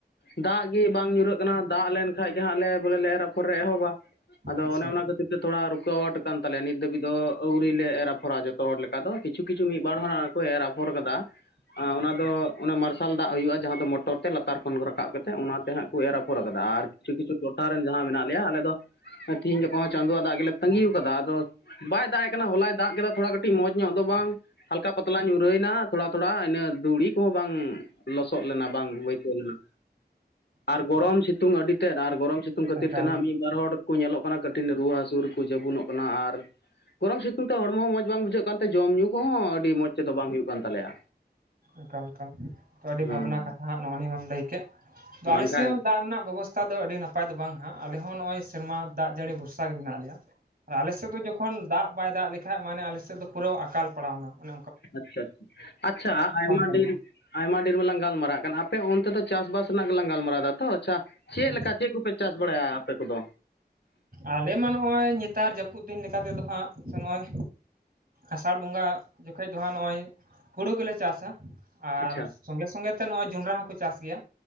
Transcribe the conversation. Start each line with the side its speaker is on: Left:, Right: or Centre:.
Left: ᱫᱟᱜ ᱜᱮ ᱵᱟᱝ ᱧᱩᱨᱦᱟᱹᱜ ᱠᱟᱱᱟ, ᱫᱟᱜ ᱞᱮᱱ ᱠᱷᱟᱱᱡ ᱜᱮ ᱦᱟᱹᱜ, ᱞᱮ ᱵᱚᱞᱮ ᱮᱨ ᱟᱯᱷᱚᱨ ᱨᱮ ᱮᱦᱚᱵᱟ, ᱟᱫᱚ
Right: ᱟᱪᱪᱷᱟ
Left: ᱚᱱᱮ
Right: ᱟᱪᱪᱷᱟ
Left: ᱚᱱᱟ ᱠᱷᱟᱹᱛᱤᱨ ᱛᱷᱚᱲᱟ, ᱨᱩᱠᱟᱟᱹᱣᱟᱴ ᱟᱠᱟᱱ ᱛᱟᱞᱮᱭᱟ, ᱱᱤᱛ ᱫᱷᱟᱹᱵᱤᱡ ᱫᱚ, ᱟᱹᱣᱨᱤ ᱞᱮ ᱮᱨ ᱟᱯᱷᱚᱨᱟ, ᱡᱚᱛᱚ ᱦᱚᱲ ᱞᱮᱠᱟ ᱫᱚ, ᱠᱤᱪᱷᱩ ᱠᱤᱪᱷᱩ ᱢᱤᱫ ᱵᱟᱨ ᱦᱚᱲ ᱠᱚ ᱮᱨ ᱟᱯᱷᱚᱨ ᱟᱠᱟᱫᱟ, ᱚᱱᱟ
Right: ᱟᱪᱪᱷᱟ
Left: ᱫᱚ, ᱚᱱᱟ ᱢᱟᱨᱥᱟᱞ ᱫᱟᱜ ᱦᱩᱭᱩᱜᱼᱟ ᱾ ᱡᱟᱦᱟᱸ ᱫᱚ ᱢᱚᱴᱚᱨ ᱛᱮ, ᱞᱟᱛᱟᱨ ᱠᱷᱚᱱ ᱠᱚ ᱨᱟᱠᱟᱵ ᱠᱟᱛᱮ, ᱚᱱᱟᱛᱮ ᱦᱟᱸᱜ ᱠᱚ, ᱮᱨ ᱟᱯᱷᱚᱨ ᱟᱠᱟᱫᱟ, ᱟᱨ ᱠᱤᱪᱷᱩ ᱠᱤᱪᱷᱩ ᱴᱚᱴᱷᱟ ᱨᱮᱱ, ᱡᱟᱦᱟᱸ ᱢᱮᱱᱟᱜ ᱞᱮᱭᱟ, ᱟᱞᱮ ᱫᱚ ᱛᱤᱦᱤᱧ ᱜᱟᱯᱟ ᱦᱚᱸ, ᱪᱟᱸᱫᱳᱣᱟᱜ ᱫᱟᱜ ᱜᱮᱞᱮ, ᱛᱟᱸᱜᱤ
Right: ᱦᱮᱸ
Left: ᱟᱠᱟᱫᱟ, ᱟᱫᱚ ᱵᱟᱭ ᱫᱟᱜᱼᱮ ᱠᱟᱱᱟ, ᱦᱚᱞᱟᱭ ᱫᱟᱜ ᱠᱮᱫᱟ ᱛᱷᱚᱲᱟ ᱠᱟᱹᱴᱤᱡ, ᱢᱚᱸᱡᱽ ᱧᱚᱜ ᱫᱚ ᱵᱟᱝ ᱾ ᱦᱟᱞᱠᱟ ᱯᱟᱛᱞᱟ ᱧᱩᱨᱦᱟᱹᱭᱮᱱᱟ, ᱛᱷᱚᱲᱟ ᱛᱷᱚᱲᱟ, ᱤᱱᱟᱹ ᱫᱩᱲᱤ ᱠᱚᱦᱚᱸ ᱵᱟᱝ ᱞᱚᱥᱚᱫ ᱞᱮᱱᱟ ᱵᱟᱝ ᱵᱟᱹᱭᱠᱟᱹᱣ ᱞᱮᱱᱟ᱾ ᱟᱨ ᱜᱚᱨᱚᱢ ᱥᱤᱛᱩᱝ ᱟᱹᱰᱤ ᱛᱮᱫ ᱟᱨ ᱜᱚᱨᱚᱢ ᱥᱤᱛᱩᱝ ᱠᱷᱟᱹᱛᱤᱨ
Right: ᱮᱠᱟᱞ
Left: ᱛᱮ ᱱᱟᱦᱟᱜ ᱢᱤᱫ ᱵᱟᱨ ᱦᱚᱲ ᱠᱚ ᱧᱮᱞᱚᱜ ᱠᱟᱱᱟ ᱠᱟᱹᱴᱤᱱ ᱨᱩᱣᱟᱹ ᱦᱟᱹᱥᱩ ᱠᱚ ᱡᱟᱹᱵᱚᱱᱚᱜ ᱠᱟᱱᱟ ᱟᱨ ᱜᱚᱨᱚᱢ ᱥᱤᱛᱩᱝ ᱛᱮ ᱦᱚᱲᱢᱚ ᱦᱚᱸ ᱢᱚᱸᱡᱽ ᱵᱟᱝ ᱵᱩᱡᱷᱟᱹᱜ ᱠᱟᱱᱛᱮ ᱡᱚᱢ ᱧᱩ ᱠᱚᱦᱚᱸ ᱟᱹᱰᱤ ᱢᱚᱸᱡᱽ ᱛᱮᱫᱚ ᱵᱟᱝ ᱦᱩᱭᱩᱜ ᱠᱟᱱ ᱛᱟᱞᱮᱭᱟ᱾
Right: ᱮᱠᱟᱞ ᱮᱠᱟᱱ ᱛᱚ ᱟᱹᱰᱤ
Left: ᱦᱮᱸ
Right: ᱵᱷᱟᱵᱱᱟ ᱠᱟᱛᱷᱟ ᱦᱟᱹᱜ ᱱᱚᱜᱼᱚ ᱱᱤᱭᱟᱹ ᱢᱟᱢ ᱞᱟᱹᱭ ᱠᱮᱫ, ᱛᱚ
Left: ᱵᱟᱝᱠᱷᱟᱡ
Right: ᱟᱞᱮ ᱥᱮᱫ ᱦᱚᱸ ᱫᱟᱜ ᱨᱮᱱᱟᱜ ᱵᱮᱵ ᱫᱚ ᱟᱹᱰᱤ ᱱᱟᱯᱟᱭ ᱫᱚ ᱵᱟᱝ ᱦᱟᱸᱜ ᱟᱞᱮ ᱦᱚᱸ ᱱᱚᱜᱼᱚᱭ ᱥᱮᱨᱢᱟ ᱫᱟᱜ ᱡᱟᱹᱲᱤ ᱵᱷᱚᱨᱥᱟ ᱜᱮ ᱢᱮᱱᱟᱜ ᱞᱮᱭᱟ᱾ ᱟᱨ ᱟᱞᱮᱥᱮᱫ ᱫᱚ ᱡᱚᱠᱷᱚᱱ ᱫᱟᱜ ᱵᱟᱭ ᱫᱟᱜ ᱞᱮᱠᱷᱟᱱ ᱢᱟᱱᱮ ᱟᱞᱮᱥᱮᱫ ᱫᱚ ᱯᱩᱨᱟᱹ ᱟᱠᱟᱞ ᱯᱟᱲᱟᱣᱱᱟ᱾ᱚᱱ
Left: ᱟᱪᱪᱷᱟ ᱟᱪᱪᱷᱟ ᱟᱪᱪᱷᱟ ᱟᱭᱢᱟ
Right: ᱜᱟᱱᱚᱜᱼᱟ
Left: ᱫᱤᱱ ᱟᱭᱢᱟ ᱰᱷᱮᱨ ᱢᱟ ᱞᱟᱝ ᱜᱟᱞᱢᱟᱨᱟᱜ ᱠᱟᱱ ᱟᱯᱮ ᱚᱱᱛᱮ ᱫᱚ ᱪᱟᱥᱵᱟᱥ ᱨᱮᱱᱟᱜ ᱜᱮᱞᱟᱝ ᱜᱟᱞᱢᱟᱨᱟᱣ ᱫᱟ ᱛᱚ ᱪᱷᱟ ᱪᱮᱫ
Right: ᱦᱮᱸ
Left: ᱞᱮᱠᱟ ᱪᱮᱫ ᱠᱚᱯᱮ ᱪᱟᱥ ᱵᱟᱲᱟᱭᱟ ᱟᱯᱮ ᱠᱚᱫᱚ?
Right: ᱟᱞᱮ ᱢᱟ ᱱᱚᱜᱼᱚᱭ ᱱᱮᱛᱟᱨ ᱡᱟᱹᱯᱩᱫ ᱫᱤᱱ ᱞᱮᱠᱟᱛᱮᱫᱚ ᱦᱟᱸᱜ ᱥᱮ ᱱᱚᱜᱼᱚᱭ ᱟᱥᱟᱲ ᱵᱚᱸᱜᱟ ᱡᱚᱠᱷᱚᱱ ᱫᱚ ᱦᱟᱸᱜ ᱱᱚᱜᱼᱚᱭ ᱦᱩᱲᱳ ᱜᱮᱞᱮ ᱪᱟᱥᱟ᱾ ᱟᱨ
Left: ᱟᱪᱪᱷᱟ
Right: ᱥᱚᱸᱜᱮ ᱥᱚᱸᱜᱮᱛᱮ ᱱᱚᱜᱼᱚᱭ ᱡᱚᱱᱰᱨᱟ ᱦᱚᱸᱠᱚ ᱪᱟᱥ ᱜᱮᱭᱟ᱾